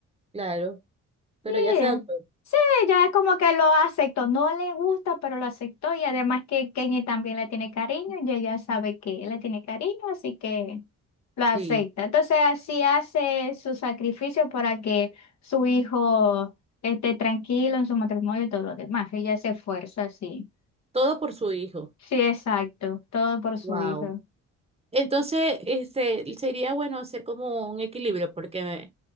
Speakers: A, on the right (about 20°); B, on the left (about 60°).
A: claro. Pero
B: Sí,
A: ya se adaptó.
B: sí, ya como que lo aceptó. No le gusta, pero lo aceptó. Y además que Kenny también le tiene cariño y ella sabe que él le tiene cariño, así que lo
A: Sí.
B: acepta. Entonces así hace su sacrificio para que su hijo esté tranquilo en su matrimonio y todo lo demás. Ella se esfuerza así.
A: Todo por su hijo.
B: Sí, exacto. Todo por su
A: Wow.
B: hijo.
A: Entonces, este, sería bueno hacer como un equilibrio porque